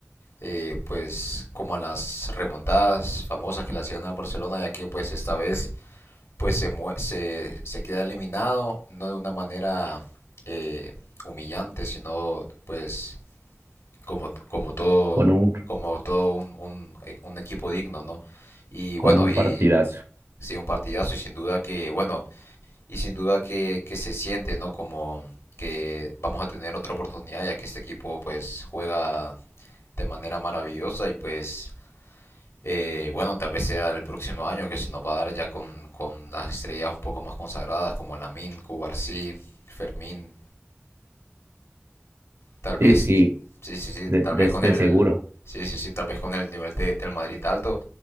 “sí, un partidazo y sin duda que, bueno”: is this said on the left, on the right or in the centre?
Left